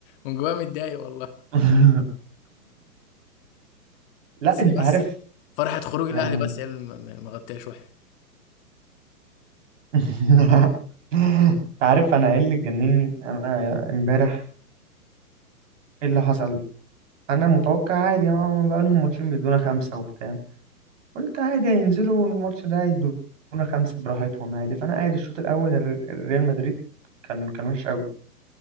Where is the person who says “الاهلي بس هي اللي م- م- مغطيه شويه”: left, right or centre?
Left